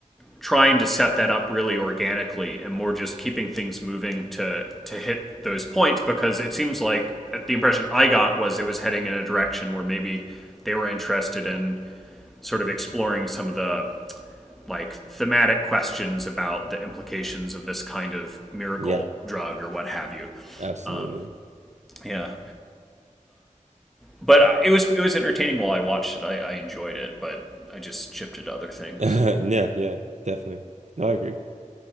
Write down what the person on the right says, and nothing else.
Yeah,
absolutely.
<laughs> Yeah, yeah, definitely. No, I agree.